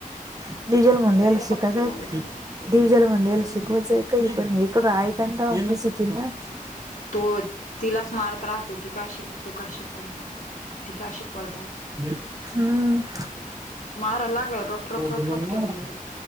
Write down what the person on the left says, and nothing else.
भांडण करायला
पक्की झाले
ते आता
हम्म
तो तिलाच मारत राहतो ती काय <unintelligible> ती काय शिकवाल त्याला.
मारायला लागल्यावर रप रप
रप रप ठेवून देतो